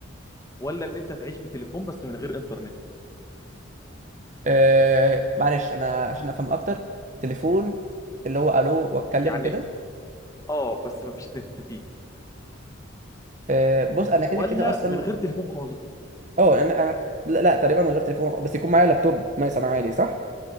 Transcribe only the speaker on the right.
آه معلش انا عشان افهم اكتر تليفون اللي هو الو واتكلم
وكده
آه بص انا كده
كده اصلا
اه انا انا لا, لا تقريبا من غير تليفون خ- بس يكون معايا لابتوب مثلا عادي صح